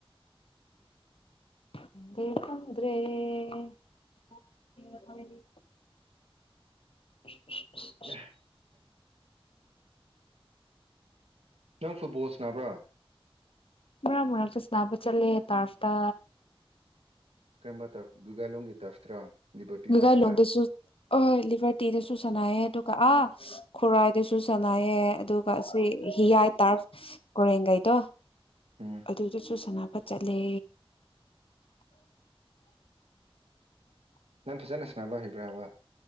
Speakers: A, on the left; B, on the right.
A: <unintelligible> <inaudible>
B: <inaudible> ꯅꯪ ꯐꯨꯠꯕꯣꯜ ꯁꯅꯕ꯭ꯔꯣ?
A: ꯃꯔꯛ ꯃꯔꯛꯇ ꯁꯅꯥꯕ ꯆꯠꯂꯦ ꯇꯥꯞꯁꯇ꯫
B: ꯀꯔꯝꯕ ꯇꯔꯐ ꯒꯨꯒꯥꯏꯂꯣꯡꯒꯤ ꯇꯔꯐꯇꯔꯥ ꯂꯤꯕꯔꯇꯤ
A: ꯂꯥꯒꯥꯏ
B: ꯇꯔꯐꯇ
A: ꯂꯣꯡꯗꯁꯨ꯫ ꯍꯣꯏ ꯂꯤꯚꯔꯇꯤꯗꯁꯨ ꯁꯥꯟꯅꯥꯏꯑꯦ ꯑꯗꯨꯒ ꯑꯥ ꯈꯨꯔꯥꯏꯗꯁꯨ ꯁꯥꯟꯅꯥꯏꯌꯦ ꯑꯗꯨꯒ ꯍꯤꯌꯥꯥꯏ ꯇꯥꯔꯐ ꯀꯣꯔꯦꯡꯒꯩꯗꯣ꯫
B: ꯎꯝ
A: ꯑꯗꯨꯗꯁꯨ ꯁꯅꯕ ꯆꯠꯂꯦ꯫
B: ꯅꯪ ꯐꯖꯅ ꯁꯥꯟꯅꯕ ꯍꯩꯕ꯭ꯔꯕ?